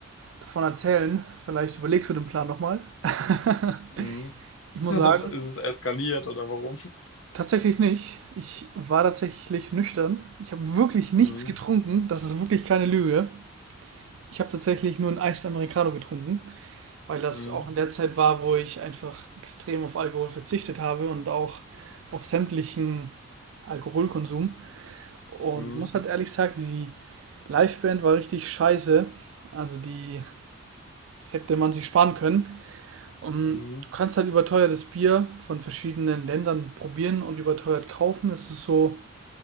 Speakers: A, on the right (about 70°); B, on the left (about 70°).
A: davon erzählen. Vielleicht überlegst du den Plan nochmal. <laughs>
B: Mhm.
A: Ich muss
B: <laughs>
A: sagen,
B: Ist es eskaliert oder warum?
A: Tatsächlich nicht. Ich war tatsächlich nüchtern. Ich habe wirklich nichts
B: Mhm.
A: getrunken. Das ist wirklich keine Lüge. Ich habe tatsächlich nur einen Eis Americano getrunken, weil das
B: Mhm.
A: auch in der Zeit war, wo ich einfach extrem auf Alkohol verzichtet habe und auch auf sämtlichen Alkoholkonsum. Und
B: Mhm.
A: muss halt ehrlich sagen, die Liveband war richtig scheiße. Also die hätte man sich sparen können. Und
B: Mhm.
A: du kannst halt überteuertes Bier von verschiedenen Ländern probieren und überteuert kaufen. Es ist so